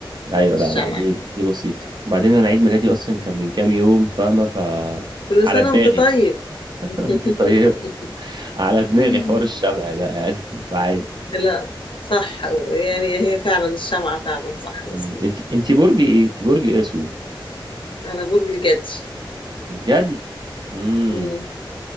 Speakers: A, on the right (about 60°); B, on the left (about 75°).
A: ايوه لا
B: الشمع
A: لا دي دي بسيطة وبعدين انا عيد ميلادي اصلا
B: مم.
A: كان من كام يوم فاهمة ف
B: كل
A: على
B: سنة
A: دماغي
B: وانت طيب
A: <laughs> انت
B: <laughs>
A: طيبة على دماغي
B: مم.
A: حوار الشمع ده يعني <laughs> فعادي
B: لا صح يعني هي فعلا الشمعة فعلا صح مظبوط
A: امم انت انت برج ايه انت برج ايه يا سو
B: أنا برج الجدي
A: الجدي امم
B: مم.